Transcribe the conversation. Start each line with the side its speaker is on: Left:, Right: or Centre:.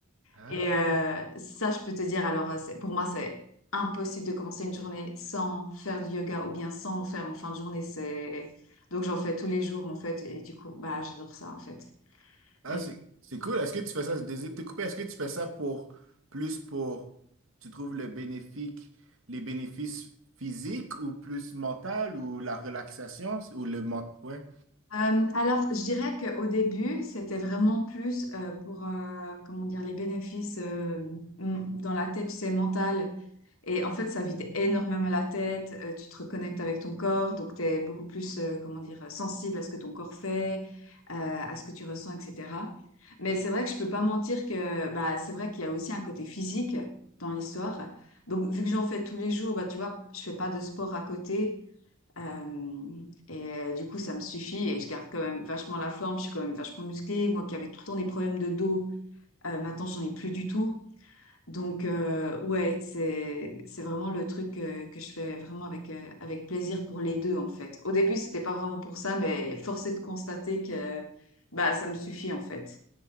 Right: Ah.
Left: Et euh, ça, je peux te dire, alors euh, c'est- pour moi, c'est impossible de commencer une journée sans faire du yoga ou bien sans en faire en fin de journée. C'est... Donc j'en fais tous les jours en fait. Et du coup, bah, j'adore ça en fait.
Right: Ah,
Left: Et
Right: c'est c'est cool. Est-ce que tu fais ça, je désire te couper, est-ce que tu fais ça pour plus pour, tu trouves le bénéfique, les bénéfices physiques ou plus mental ou la relaxation ou le ment... Ouais.
Left: euh, alors, je dirais qu'au début, c'était vraiment plus euh, pour, euh, comment dire, les bénéfices euh, mm, dans la tête, c'est mental Et en fait, ça vide énormément la tête, euh, tu te reconnectes avec ton corps, donc tu es beaucoup plus, euh, comment dire, euh, sensible à ce que ton corps fait, euh, à ce que tu ressens, etc. Mais c'est vrai que je peux pas mentir que bah, c'est vrai qu'il y a aussi un côté physique dans l'histoire. Donc, vu que j'en fais tous les jours, bah, tu vois, je fais pas de sport à côté. euh, et euh, du coup, ça me suffit et je garde quand même vachement la forme, je suis quand même vachement musclée. Moi qui avais tout le temps des problèmes de dos, euh, maintenant, j'en ai plus du tout. Donc, euh, ouais, c'est, c'est vraiment le truc euh, que je fais vraiment avec, euh, avec plaisir pour les deux, en fait. Au début, c'était pas vraiment pour ça, mais force est de constater que bah, ça me suffit, en fait.